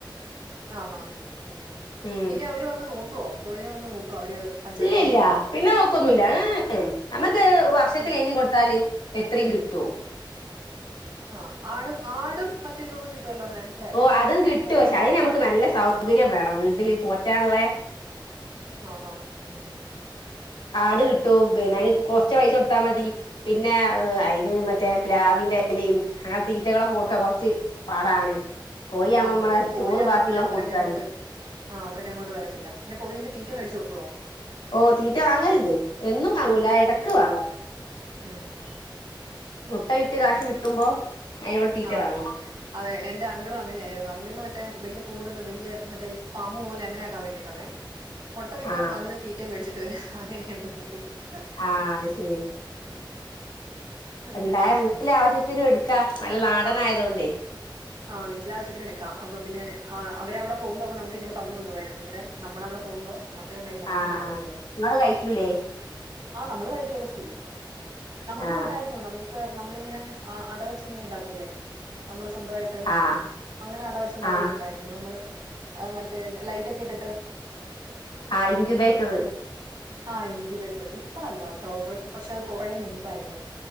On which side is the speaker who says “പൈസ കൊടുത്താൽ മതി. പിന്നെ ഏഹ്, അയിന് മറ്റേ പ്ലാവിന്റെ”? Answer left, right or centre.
Left